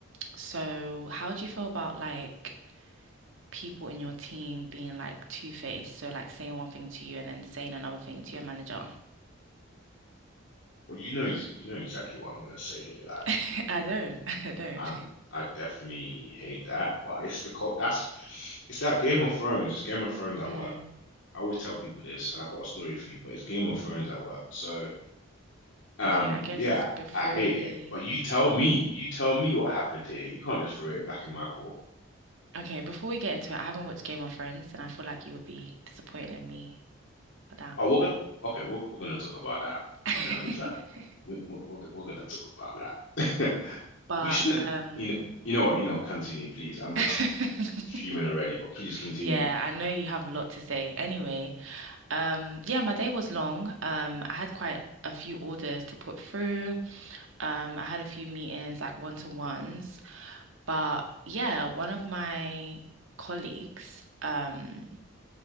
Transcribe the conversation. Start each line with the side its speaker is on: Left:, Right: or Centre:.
Right: so how do you feel about like people in your team being like two-faced, so like saying one thing to you and then saying another thing to your manager?
Left: Well, you know, you know exactly what I'm gonna say here. Like,
Right: <laughs> I don't. <laughs> I don't.
Left: I'm, I definitely hate that, but it's the cult. That's, it's that Game of Thrones. It's Game of Thrones at
Right: Mm,
Left: work. I always tell people this, and I've got a story for you, but it's Game of Thrones at work. So Um,
Right: okay, I guess
Left: yeah,
Right: before
Left: I hate
Right: we
Left: it. But you tell me, you tell me what happened here. You can't just throw it back in my court.
Right: okay, before we get into it, I haven't watched Game of Thrones and I feel like you would be disappointed in me for that.
Left: Oh, we're gonna okay, we're we're gonna talk about that.
Right: <laughs>
Left: You know, in fact, we, we, we're we're gonna talk about that. <laughs>
Right: But
Left: We shouldn't,
Right: um
Left: you know, you know what, you know what, continue, please. I'm just
Right: <laughs>
Left: fuming already, but please continue.
Right: yeah, I know you have a lot to say. Anyway, um yeah, my day was long. Um I had quite a few orders to put through. Um, I had a few meetings, like one-to-ones, but yeah, one of my colleagues, um,